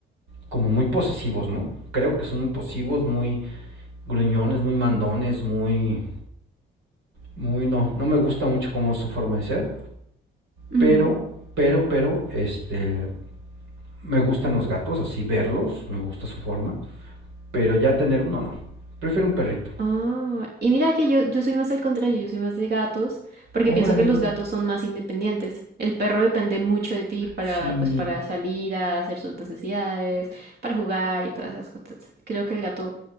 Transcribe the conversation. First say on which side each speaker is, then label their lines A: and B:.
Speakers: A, on the right; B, on the right.
A: como muy posesivos, ¿no? Creo que son muy posesivos, muy gruñones, muy mandones, muy, muy, no, no me gusta mucho como su forma de ser,
B: Ujú.
A: pero, pero, pero, este, me gustan los gatos, así verlos, me gusta su forma, pero ya tener uno no, prefiero un perrito.
B: Ah, y mira que yo, yo soy más al contrario, yo soy más de gatos, porque
A: Órale,
B: pienso que los gatos son más independientes. El perro depende mucho de ti para,
A: si
B: pues, para salir a hacer sus necesidades, para jugar y todas esas cosas. Creo que el gato,